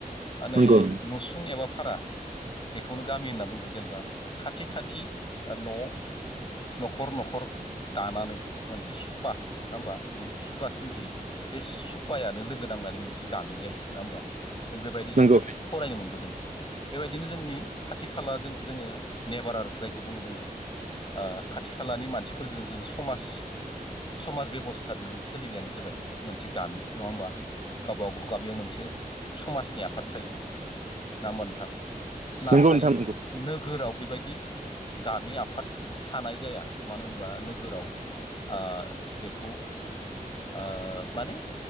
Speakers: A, on the left; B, on the right.
A: माने
B: नंगौ
A: नसुं एबा फारा बेखौनो गामि होनना बुंदों जेनेबा खाथि- खाथि ओ न' न'खर न'खर दानानै मोनसे सुबा नङा होमबा मोनसे सुबा सोमजियो बे सुबायानो लोगो नांनानै मोनसे गामि जायो। नङा होमबा? बेबायदि
B: नंगौ
A: जोङो फरायनो मोनबोदों। बेबायदिनो जोंनि खाथि खालाजों जोङो नेबारार आरो जायख खौ बुङो जोङो ओ खाथि खालानि मानसिफोरजों जोङो समाज समाज बेब'स्थादों जों सोलिनायानो जाबाय मोनसे गामि। नङा होमबा गावबागाव गामियाव मोनसे समाजनि आफाद थायो नङा होमबा नोंथां? नाथाय
B: नंगौ नोंथां नंगौ
A: नोगोराव बेबायदि दि गामि आफाद थानाय जाया मानो होनबा नोगोराव ओ बेखौ ओ माने